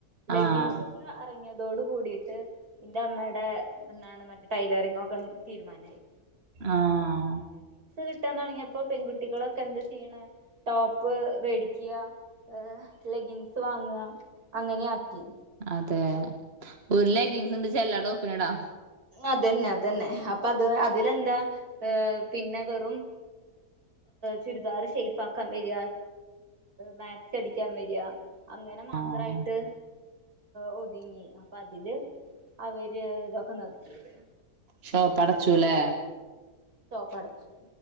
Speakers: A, on the right; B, on the right.
A: ലെഗ്ഗിൻസ്
B: ആഹ്
A: അറങ്ങയതോട് കൂടിട്ട് എന്റെഅമ്മേടെ ടൈലെറിങ് ഒക്കെ തീരുമാനമായത്
B: ആഹ്
A: കിട്ടാതുടങ്ങിയപ്പോ പെൺകുട്ടികളൊക്കെ എന്ത് ചെയ്യണ ടോപ്പ് വേടിക്കുക ഏഹ് ലെഗിൻസ് വാങ്ങ് അങ്ങനെയാ ക്കി
B: അതെ ഒരു ലെഗിങ്സോണ്ട് ചെ ല്ലാടോപ്പില്ലടാ
A: അതന്നെ അതന്നെ അപ്പൊ അത് അതിലെന്താ പിന്നെ വെറും ചുരിദാർ ഷെയ്പ്പാക്കാവെരാ മാക്സി അടിക്കാവെര അങ്ങനെ മാത്രായിട്ട്
B: ആഹ്
A: ഹഒതുങ്ങി അപ്പൊ അതില് അവര് തൊക്കെനിർത്തിയത്
B: ഷോപ്പടച്ചുല്ലേ
A: ഷോപ്പടച്ചു